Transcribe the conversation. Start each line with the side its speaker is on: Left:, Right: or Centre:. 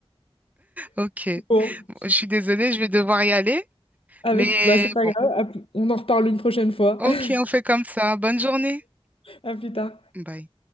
Right: Ok.
Left: Bon.
Right: Bon, je suis désolée, je vais devoir y aller.
Left: Avec...
Right: Mais
Left: Bah, c'est pas
Right: bon,
Left: grave. À plus- On en reparle une prochaine fois.
Right: ok,
Left: <laughs>
Right: on fait comme ça. Bonne journée.
Left: À plus tard.
Right: Bye.